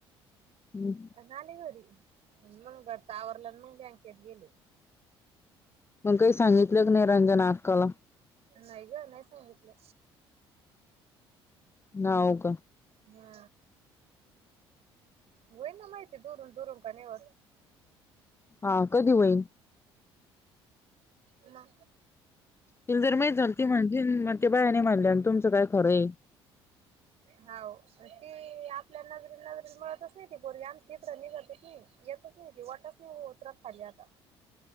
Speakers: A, on the left; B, on the right.
A: हम्
B: न आली घरी अ टावरला बँकेत गेले
A: मग काही सांगितलं क नाही रंजन आकाला.
B: नाही ग नाही सांगितलं
A: ना होग
B: हा होई ना माहिती दुरून दुरून काव.
A: हा कधी होईल
B: ह
A: तिला जर म झाल ती म्हणजे मग ते बायाने म्हणले आणि तुमचं काय खरं आहे.
B: हा ती आपल्या नजरला नजर मिळतच नाही ती पूर्वी आम क रणींग जातच नाही येत कशी वाटच नाही उतरात खाली आता